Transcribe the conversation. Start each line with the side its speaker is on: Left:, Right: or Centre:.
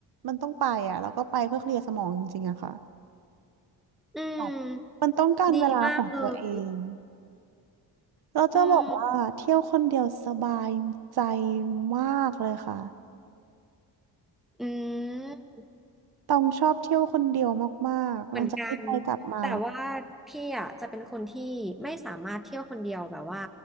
Right: มันต้องไปอะแล้วก็ไปเพื่อเคลียร์สมองจริงๆอะค่ะ
Centre: อืม
Right: แบบมันต้องการเวลาของตัวเอง
Centre: ดีมากเลย
Right: เราจะบอกว่าเที่ยวคนเดียวสบายใจ
Centre: อืม
Right: มากเลยค่ะ
Centre: อืม
Right: ต้องชอบเที่ยวคนเดียวมากๆหลังจากที่ไปกลับมา
Centre: เหมือนกันแต่ว่าพี่อ่ะจะเป็นคนที่ไม่สามารถเที่ยวคนเดียวแบบว่า